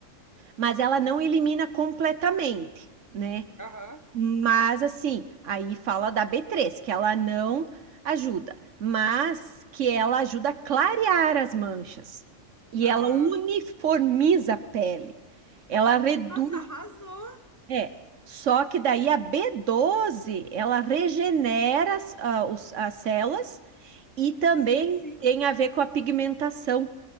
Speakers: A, on the right; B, on the left.
A: mas ela não elimina completamente, né?
B: Aham,
A: Mas assim, aí fala da B3, que ela não ajuda, mas que ela ajuda a clarear as manchas. E
B: aham.
A: ela uniformiza a pele. Ela reduz,
B: Nossa, arrasou!
A: é. Só que daí a B12, ela regenera as, ah, os- as células e também
B: Sim, sim.
A: tem a ver com a pigmentação.